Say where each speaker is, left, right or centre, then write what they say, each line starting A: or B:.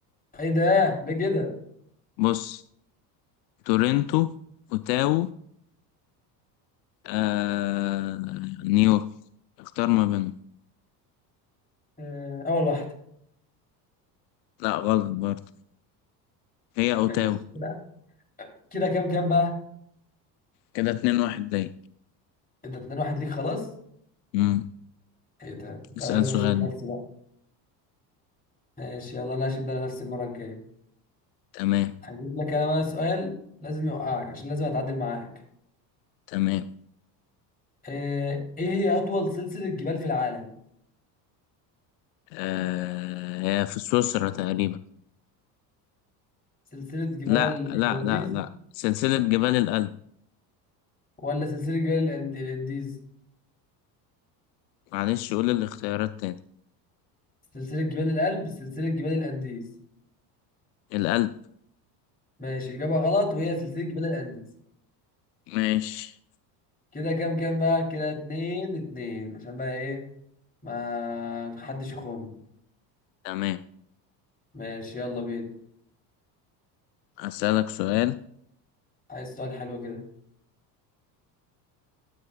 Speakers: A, on the left (about 15°); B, on the left (about 75°).
A: ايه ده ليه كده
B: بص تورنتو اوتاو آه... نيويورك اختار ما بينهم
A: آه، اول واحده
B: لا غلط برضه هي اوتاو
A: ماشي كده كده كام كام بقى
B: كده اتنين واحد ليا
A: ايه ده اتنين واحد ليك خلاص
B: امم
A: ايه ده ده
B: اسأل
A: انا لازم
B: سؤال
A: اشد نفسي بقى ماشي يلا انا هشد انا نفسي المره الجايه
B: تمام
A: هجيب لك انا بقى سؤال لازم يوقعك عشان لازم اتعادل معاك
B: تمام
A: آه، ايه هي اطول سلسله جبال في العالم
B: آه... هي في سويسرا تقريبا
A: سلسله جبال
B: لا لا
A: الانديز
B: لا لا سلسلة جبال الألب
A: ولا سلسله جبال الأند- الانديز
B: معلش قول الاختيارات تاني
A: سلسله جبال الألب سلسله جبال الانديز
B: الألب
A: ماشي اجابه غلط وهي سلسله جبال الانديز
B: ماشي
A: كده كام كام بقى كده اتنين اتنين عشان بقى ايه ما حدش يخم
B: تمام
A: ماشي يلا بينا
B: هسألك سؤال
A: عايز سؤال حلو كده